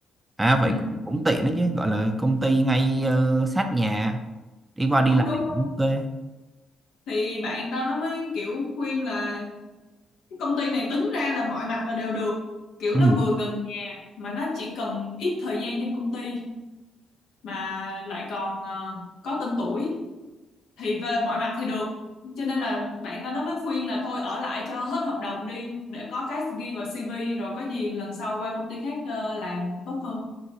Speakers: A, on the right; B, on the left.
A: à vậy
B: ừ
A: cũng cũng tiện đấy chứ gọi là công ty ngay ờ, sát nhà đi qua
B: đúng
A: đi lại
B: đúng đúng
A: cũng ok
B: thì bạn tao nó mới kiểu khuyên là công ty này tính ra là mọi mặt là đều được kiểu
A: ừ
B: nó vừa gần nhà mà nó chỉ cần ít thời gian trên công ty mà lại còn ờ, có tên tuổi thì về mọi mặt thì được cho nên là bạn ta nó mới khuyên là thôi ở lại cho hết hợp đồng đi để có cái ghi vào CV rồi có gì lần sau qua công ty khác ờ, làm tốt hơn